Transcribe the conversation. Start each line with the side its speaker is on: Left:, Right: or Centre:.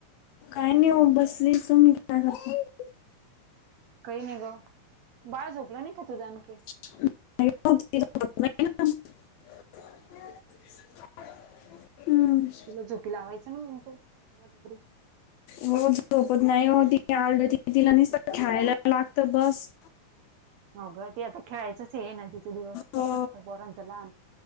Left: काय नाही ओ बसली, तुम्ही काय करता?
Right: काही नाही गं, बाळ झोपला नाही का तूझा आणखी.
Left: <unintelligible>
Right: <inaudible>
Left: हूं!
Right: तिला झोपी लावायचं ना मग तू <unintelligible>
Left: हो झोपत नाही हो ती, आरडती तिला निसतं खेळायला लागत बस.
Right: हो ग ते आता खेळायचंच हे ना तिचे दिवस
Left: हो
Right: कसं असतं पोरांचं लहान.